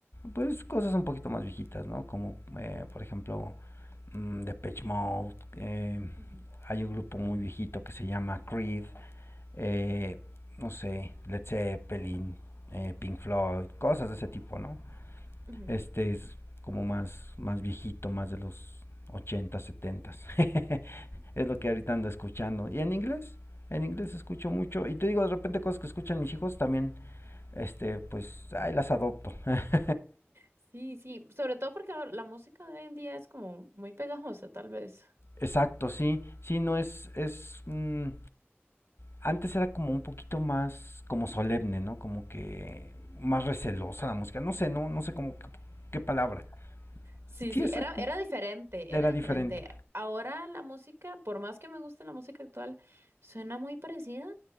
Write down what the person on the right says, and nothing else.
Ujú,
ujú.
Sí, sí, sobre todo porque ahora la música de hoy en día es como muy pegajosa, tal vez.
Sí,
sí,
era, era diferente,
era diferente.
Ahora la música, por más que me guste la música actual, suena muy parecida,